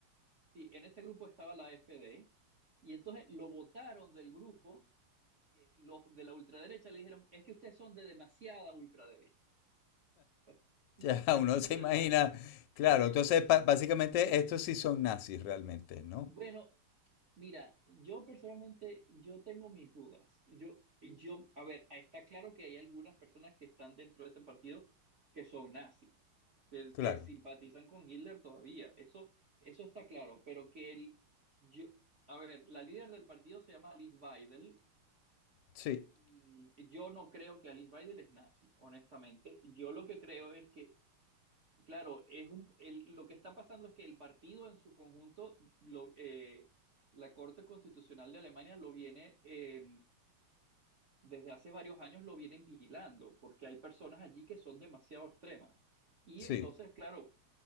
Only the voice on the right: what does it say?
sí, en ese grupo estaba la AfD, y entonces lo votaron del grupo que los de la ultraderecha le dijeron, es que ustedes son de demasiada ultraderecha. <laughs>
Imagínate
la vaina.
<laughs>
Bueno, mira, yo personalmente, yo tengo mis dudas. Yo, yo, a ver, está claro que hay algunas personas que están dentro de ese partido que son nazis, que,
que simpatizan con Hitler todavía. Eso, eso está claro, pero que el, yo, a ver, la líder del partido se llama Alice Weidel
y mm, yo no creo que Alice Weidel es nazi, honestamente. Yo lo que creo es que Claro, es un, el- lo que está pasando es que el partido en su conjunto, lo- eh, la Corte Constitucional de Alemania lo viene, eh, desde hace varios años lo vienen vigilando, porque hay personas allí que son demasiado extremas. Y
entonces, claro,